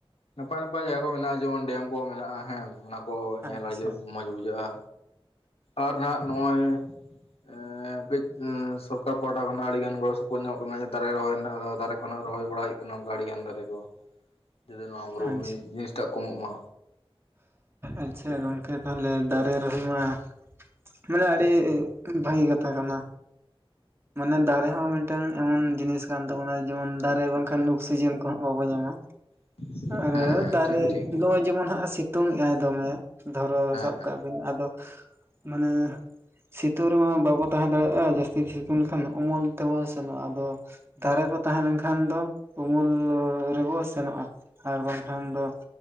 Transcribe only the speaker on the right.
ᱟᱪᱪᱷᱟ
ᱟᱪᱪᱷᱟ
ᱟᱪᱪᱷᱟ ᱜᱚᱢᱠᱮ ᱛᱟᱦᱚᱞᱮ ᱫᱟᱨᱮ ᱨᱚᱦᱚᱭ ᱢᱟ ᱢᱟᱱᱮ ᱟᱹᱰᱤ ᱵᱷᱟᱹᱜᱤ ᱠᱟᱛᱷᱟ ᱠᱟᱱᱟ ᱢᱟᱱᱮ ᱫᱟᱨᱮ ᱦᱚᱸ ᱢᱤᱫᱴᱟᱝ ᱮᱢᱚᱱ ᱡᱤᱱᱤᱥ ᱠᱟᱱ ᱛᱟᱵᱚᱱᱟ ᱡᱮᱢᱚᱱ ᱫᱟᱨᱮ ᱵᱟᱝᱠᱷᱟᱱ ᱚᱠᱥᱤᱡᱮᱱ ᱠᱚᱦᱚᱸ ᱵᱟᱵᱚᱱ ᱧᱟᱢᱟ
ᱟᱨ
ᱫᱟᱨᱮ
ᱱᱚᱜ-ᱚᱭ ᱡᱮᱢᱚᱱ ᱦᱟᱸᱜ ᱥᱤᱛᱩᱝ ᱮ ᱟᱭ ᱫᱚᱢᱮ ᱫᱷᱚᱨᱚ
ᱥᱟᱵ
ᱠᱟᱜ ᱢᱮ ᱟᱫᱚ ᱢᱟᱱᱮ ᱥᱤᱛᱩᱝ ᱨᱮᱢᱟ ᱵᱟᱵᱚ ᱛᱟᱦᱮᱸ ᱫᱟᱲᱮᱭᱟᱜ-ᱟ ᱡᱟᱹᱥᱛᱤ ᱥᱤᱛᱩᱝ ᱞᱮᱠᱷᱟᱱ ᱩᱢᱩᱞ ᱛᱮᱵᱚᱱ ᱥᱮᱱᱚᱜ-ᱟ ᱟᱫᱚ ᱫᱟᱨᱮ ᱠᱚ ᱛᱟᱦᱮᱸ ᱞᱮᱱᱠᱷᱟᱱ ᱫᱚ ᱩᱢᱩᱞ ᱨᱮᱵᱚ ᱥᱮᱱᱚᱜ-ᱟ ᱟᱨ ᱵᱟᱝᱠᱷᱟᱱ ᱫᱚ